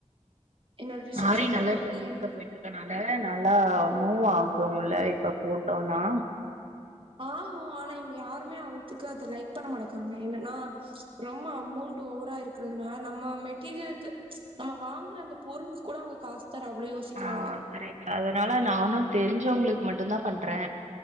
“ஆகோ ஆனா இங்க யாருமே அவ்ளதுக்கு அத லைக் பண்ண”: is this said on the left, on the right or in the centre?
Right